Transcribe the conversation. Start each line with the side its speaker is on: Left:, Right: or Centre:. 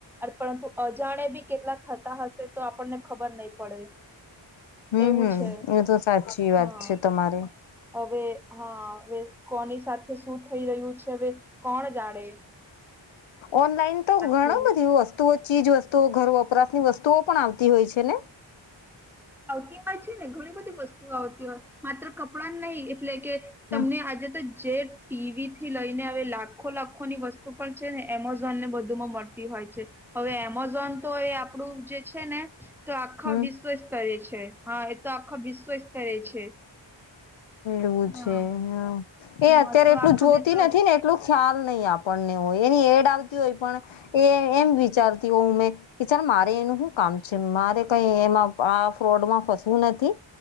Centre: પરંતુ અજાણે બી કેટલાતા હશે તો આપણને ખબર નહી પડે
Left: હમ
Centre: એવું
Left: હમ
Centre: છે
Left: એ તો સાચી વાત
Centre: હા
Left: છે તમારી
Centre: હવે હા હવે કોની સાથે શું થઈ રહ્યું છે હવે કોણ જાડે
Left: ઓનલાઈન તો ઘણ
Centre: થઈ
Left: બધી
Centre: છે
Left: વસ્તુઓ ચીજ વસ્તુઓ ઘર વપરાશની વસ્તુઓ પણ આવતી હોય છે ને
Centre: આવતી હોય છે ને ઘણી બધી વસ્તુ આવતી હોય માત્ર કપડાં નહિ એટલે કે
Left: હ
Centre: તમને આજે તો જે ટીવી થી લઈને હવે લાખો લાખો ની વસ્તુ પણ છે ને એમેઝોન ને બધુંમાં મળતી હોય છે હવે એમેઝોન તો એ આપડું જે છે ને તો આખા
Left: હમ
Centre: વિશ્વ સ્તરે છે હા એ તો આખા વિશ્વ સ્તરે છે
Left: એવું
Centre: હા
Left: છે હ એ
Centre: હા
Left: અત્યારે
Centre: તો
Left: એટલું
Centre: આખા
Left: જોતી
Centre: વિશ્વ
Left: નથી ને એટલો ખ્યાલ નહી આપણને હોય એની એડ આવતી હોય પણ એ એમ વિચારતી હોયું મેં કે ચાલ મારે એનું શું કામ છે મારે કઈ એમાં આ ફ્રોડમાં ફસવું નથી